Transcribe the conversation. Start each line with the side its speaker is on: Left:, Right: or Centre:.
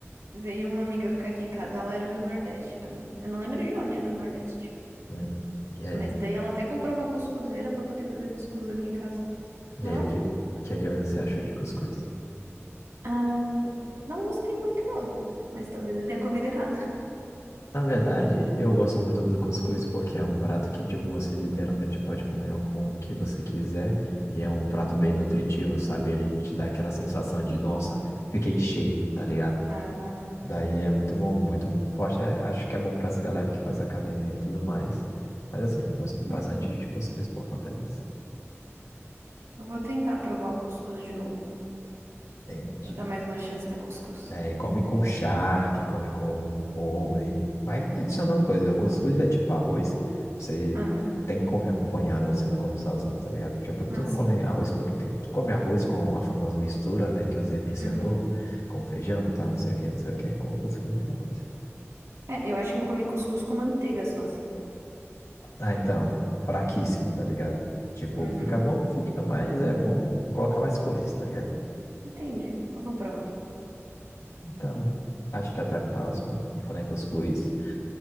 Right: Veio uma amiga ficar aqui em casa, ela era do Nordeste também. Eu não lembro de onde do Nordeste.
Left: Hum. E aí?
Right: Mas daí ela até comprou uma cuscuzeira pra poder fazer cuscuz aqui em casa.
Left: E
Right: Falei,
Left: aí,
Right: olha.
Left: o que, o que é que você achou de cuscuz?
Right: Ah, não gostei muito, não. Mas talvez eu tenha comido errado. <laughs>
Left: Na verdade, eu gosto muito do cuscuz porque é um prato que, tipo, você literalmente pode comer com o que você quiser e é um prato bem nutritivo, sabe? Ele te dá aquela sensação de, nossa, fiquei cheio, tá ligado?
Right: Ah,
Left: Daí é muito bom, muito forte. É, acho que é bom pra essa galera que faz academia e tudo mais. Mas assim, eu gosto bastante
Right: é.
Left: de cuscuz por conta disso.
Right: Eu vou tentar provar o cuscuz de novo.
Left: Entende?
Right: Vou dar mais uma chance pro cuscuz.
Left: É, e come com charque, come com ovo, e vai adicionando coisas. Algumas coisas é tipo arroz. Você
Right: Aham.
Left: tem que comer acompanhado, você não come sozinho, tá ligado? Tipo, tu
Right: Ah,
Left: não
Right: sim.
Left: come arroz por tempo. Tu come arroz com a famosa mistura, né, que você mencionou,
Right: Uhum.
Left: com feijão, então não sei o que, não sei o que, com arroz com a mesma coisa.
Right: É, eu acho que eu comi cuscuz com manteiga só, assim.
Left: Ah, então, fraquíssimo, tá ligado? Tipo,
Right: Uhum.
Left: fica bom? Fica, mas é bom colocar mais coisas, tá ligado?
Right: Entendi. Eu vou provar.
Left: Então, acho que até a próxima. E falar em cuscuz.